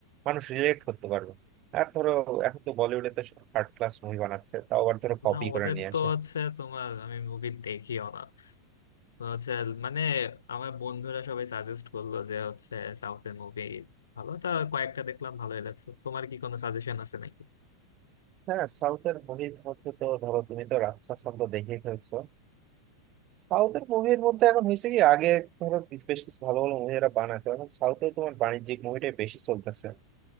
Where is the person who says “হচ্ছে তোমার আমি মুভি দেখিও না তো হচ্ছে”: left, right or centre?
Left